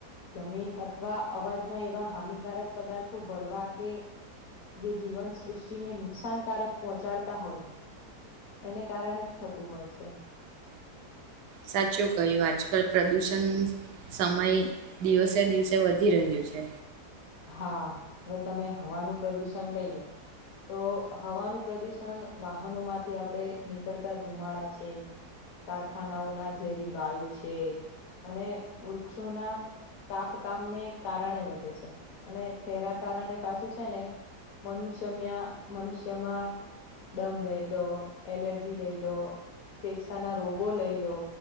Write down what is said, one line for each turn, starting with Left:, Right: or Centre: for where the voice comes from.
Left: જમીન અથવા અવાજમાં એવા હાનિકારક પદાર્થો ભળવા કે જે જીવનસૃષ્ટિને નુકસાનકારક પહોંચાડતા હોય એને કારણે જ થતું હોય છે.
Right: સાચું કહ્યું, આજકાલ પ્રદુષણ સમય દિવસે દિવસે વધી રહ્યું છે.
Left: હા, હવે તમે હવાનું પ્રદુષણ લઈ લો. તો હવાનું પ્રદુષણ વાહનો માંથી આપડે નીકળતા ધુમાડા છે, કારખાનાઓના ઝેરી વાયુ છે અને વૃક્ષોના કાપકામને કારણે વધે છે. અને તેરા કારણે પાછું છે ને મનુષ્યમ્યા મનુષ્યમાં દમ લઈ લો, એલર્જી લઈ લો ફેફસાના રોગો લઈ લો